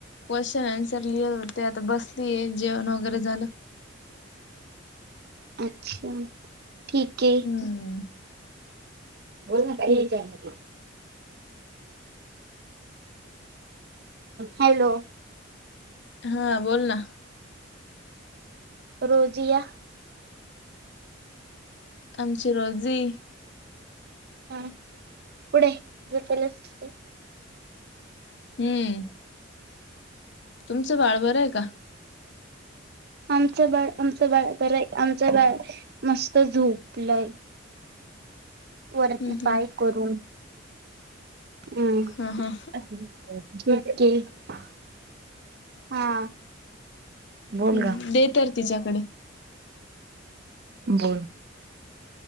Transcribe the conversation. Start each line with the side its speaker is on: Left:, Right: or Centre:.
Left: क्वेश्चन आन्सर लिहत होते आता बसलीये जेवण वगैरे झालं.
Right: अच्छा ठीक ए.
Left: हम्म.
Right: बोल ना काही <unintelligible> दे. हॅलो
Left: हा बोल ना.
Right: रोजिया
Left: आमची रोजी
Right: हा पुढे झोपलस तर.
Left: हम्म.. तुमचं बाळ बरं आहे का?
Right: आमचं बाळ आमचं बाळ तर आहे आमचं बाळ मस्त झोपल आहे. वरती
Left: हम्म
Right: पाय
Left: हम्म
Right: करून उम्म.
Left: हा हा
Right: हो ठिक हा.. बोल
Left: हम्म
Right: ग
Left: दे तर तिच्याकडे.
Right: बोल